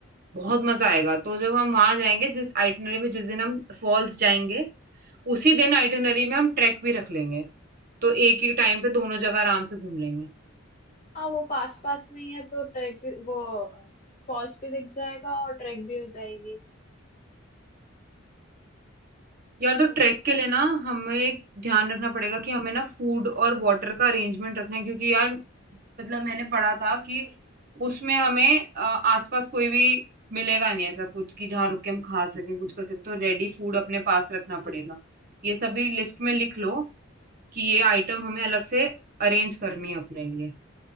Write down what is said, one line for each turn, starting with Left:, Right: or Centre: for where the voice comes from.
Right: बहुत मजा आएगा तो जब हम वहां जाएंगे जिस आइटनरी में जिस दिन हम फॉल्स जाएंगे उसी दिन आइटनरी में हम ट्रैक भी रख लेंगे तो एक ही टाइम पे दोनों जगह आराम से घूम लेंगे
Left: हाँ वो पास पास में ही है तो ट्रैक भी वो फॉल्स भी दिख जाएगा और ट्रैक भी हो जाएगी
Right: यार तो ट्रैक
Left: तो बिल्कुल।
Right: के लिए ना हमें ध्यान रखना पड़ेगा कि हमें ना फूड और वाटर का अरेंजमेंट रखना है क्योंकि यार मतलब मैंने पढ़ा था कि उसमें हमें अ, आसपास कोई भी मिलेगा नहीं ऐसा कुछ कि जहाँ रुक के हम खा सकें कुछ कर सकते तो रेडी फूड अपने पास रखना पड़ेगा ये सभी लिस्ट में लिख लो कि ये आइटम हमें अलग से अरेंज करनी है अपने लिए